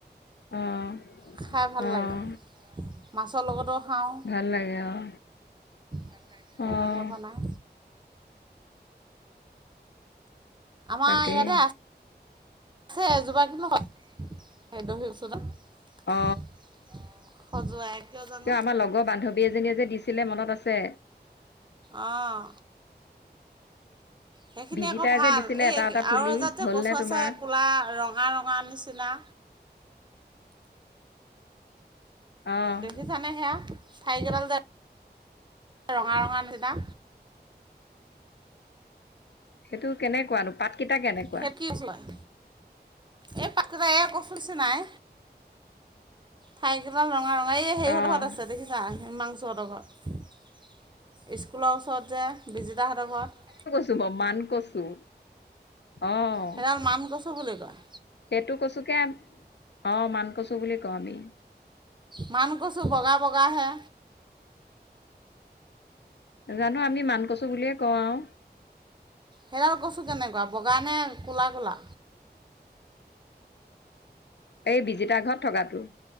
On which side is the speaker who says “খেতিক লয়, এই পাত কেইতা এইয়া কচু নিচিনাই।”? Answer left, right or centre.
Right